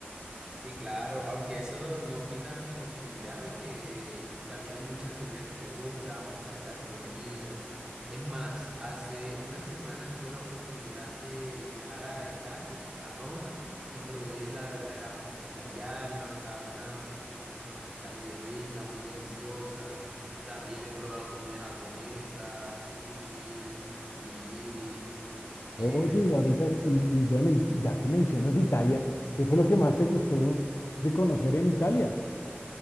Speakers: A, on the right (about 15°); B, on the left (about 80°).
A: Sí, claro, aunque eso no quita mi posibilidad de que también hay muchas comidas que me gustan, muchas gastronomías. Es más, hace una semana tuve la oportunidad de viajar a Italia, a Roma, y probé la verdadera pizza italiana, o sea, una, con una masita muy rica, muy deliciosa. También he probado comida japonesa, sushi, onigiris. Em,
B: Oye, y ahorita, y, y bueno, y ya que mencionas Italia, ¿qué fue lo que más te gustó de conocer en Italia?